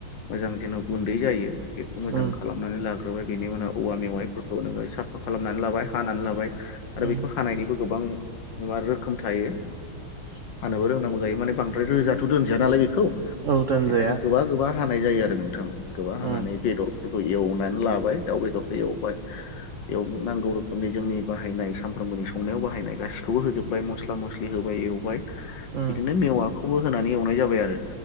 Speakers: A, on the left (about 65°); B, on the right (about 60°).
A: मोजां जेन' गुन्दै जायो बेखौ मोजां
B: उम
A: खालामनानै लाग्रोबाय बेनि उनाव औवा मेवाइफोरखौ नोङो साफ फा खालामनानै लाबाय हानानै लाबाय आरो
B: उम
A: बेखौ हानायनिबो गोबां <unintelligible> रोखोम थायो
B: <inaudible>
A: हानोबो रोंनांगौ जायो माने बांद्राय रोजाथ' दोनजाया नालाय बेखौ
B: औ दोनजाया
A: बेखायनो गोबा -गोबा हानाय जायो आरो नों थां गोबा हानानै
B: उम
A: बेदरफोरखौ एवनानै लाबाय दाउ बेदरखौ एवबाय एवनो नांगौ रोखोमनि जोंनि बाहायनाय सानफ्रामबोनि संनायाव बाहायनाय गासिखौबो होजोबबाय मस्ला मस्लि होबाय एव बिदिनो
B: उम
A: मेवआ खौबो होनानै एवनाय जाबाय आरो